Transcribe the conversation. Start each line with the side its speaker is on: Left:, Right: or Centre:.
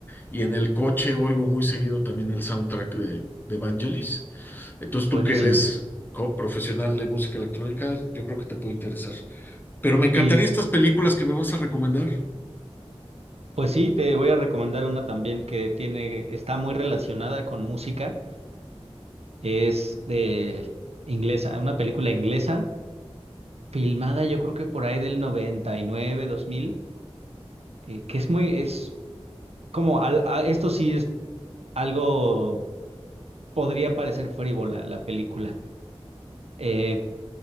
Left: Y en el coche oigo muy seguido también el soundtrack de, de Vangelis. Entonces
Right: buenísimo.
Left: tú que eres co- profesional de música electrónica, yo creo que te puede interesar. Pero me encantaría
Right: Y
Left: estas películas que me vas a recomendar.
Right: pues sí, te voy a recomendar una también que tiene, está muy relacionada con música. Es de inglesa, una película inglesa, filmada yo creo que por ahí del 99, 2000, eh, que es muy, es como, al- a- esto sí es algo, podría parecer frívola la película eh,